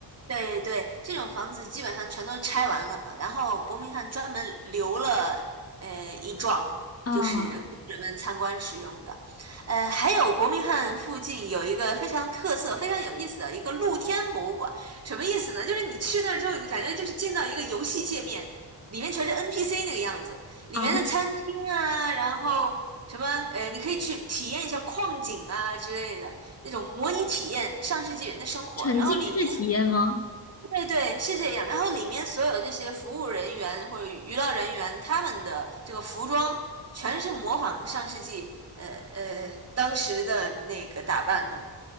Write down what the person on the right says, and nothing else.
对对，这种房子基本上全都拆完了，然后伯明翰专门留了呃一幢，
就是工人们参观使用的。呃，还有伯明翰附近有一个非常特色、非常有意思的一个露天博物馆，什么意思呢？就是你去那儿之后，你感觉就是进到一个游戏界面，里面全是 NPC 那个样子，里面的餐厅啊，
然后什么呃，你可以去体验一下矿井啊之类的。那种模拟体验上世纪人的生活，
然后里面对对，是这样。然后里面所有的这些服务人员或者娱乐人员，他们的这个服装全是模仿上世纪呃呃当时的那个打扮的，